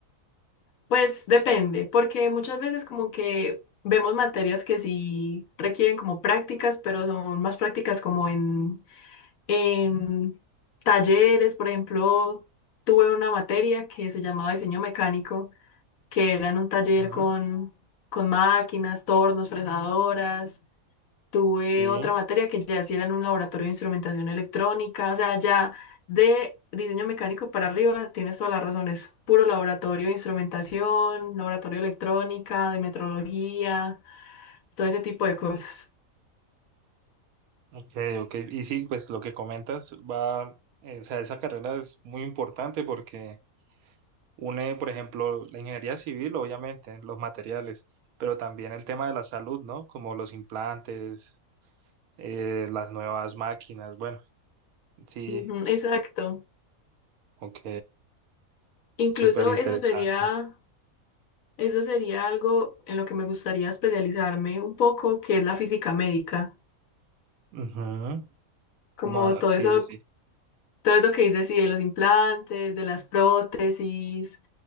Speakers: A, on the left (about 70°); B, on the right (about 80°).
A: Pues depende, porque muchas veces como que vemos materias que sí requieren como prácticas, pero son más prácticas como en, en talleres, por ejemplo, tuve una materia que se llamaba diseño mecánico que era en un taller
B: Ujú.
A: con, con máquinas, tornos, fresadoras. Tuve
B: Sí.
A: otra materia que ya sí era en un laboratorio de instrumentación electrónica, o sea, ya de diseño mecánico para arriba, tienes todas las razones. Puro laboratorio de instrumentación, laboratorio de electrónica, de metrología, todo ese tipo de cosas.
B: Ok, ok. Y sí, pues lo que comentas va, eh, o sea, esa carrera es muy importante porque une, por ejemplo, la ingeniería civil, obviamente, los materiales, pero también el tema de la salud, ¿no? Como los implantes, eh, las nuevas máquinas. Bueno, sí,
A: Ujú, exacto.
B: ok,
A: Incluso
B: súper interesante.
A: eso sería, eso sería algo en lo que me gustaría especializarme un poco, que es la física médica,
B: Ujú.
A: como
B: Ma-
A: todo
B: Sí,
A: eso
B: sí, sí.
A: Todo eso que dices, sí, de los implantes, de las prótesis,